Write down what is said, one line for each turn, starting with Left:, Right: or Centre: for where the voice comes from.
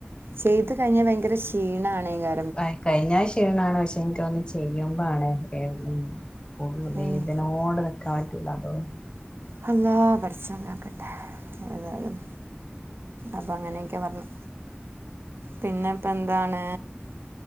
Right: ചെയ്തു കഴിഞ്ഞാ ഭയങ്കര ക്ഷീണ ആണെ കാ
Left: ഭായ് കഴിഞ്ഞാ ക്ഷീണാണ് പക്ഷെ എനിക്കു തോന്നും ചെയ്യുമ്പോ ആണെന്ന് വേ ഉം ഫുള്ള് വേദനയോട്
Right: ഉം
Left: നിക്കാൻ പറ്റൂല്ല തോന്നും.
Right: അള്ളാ പടച്ചോൻ കാക്കട്ടെ. ഏതായാലും അപ്പൊ അങ്ങനെയൊക്കെ പറഞ്ഞു. പിന്നെ ഇപ്പ എന്താണ്